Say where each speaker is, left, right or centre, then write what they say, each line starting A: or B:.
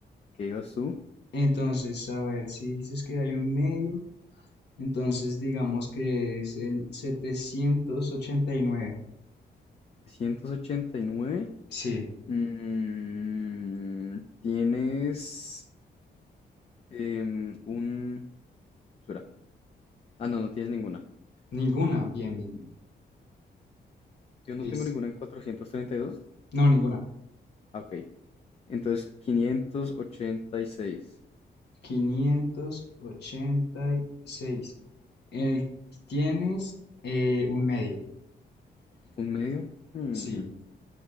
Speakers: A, on the left; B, on the left.
A: ¿qué ibas tú?
B: Entonces, a ver, si dices que hay un medio, entonces digamos que es el 789.
A: 789.
B: Sí,
A: Mm, tienes em, un... Espera. Ah, no, no tienes ninguna.
B: Ninguna. Bien, bien, bien.
A: Yo no
B: Listo.
A: tengo ninguna en 432.
B: No, ninguna.
A: Ah, ok. Entonces, 586.
B: quinientos ochenta y seis El, tienes eh, un medio.
A: ¿Un medio? Mm,
B: Sí.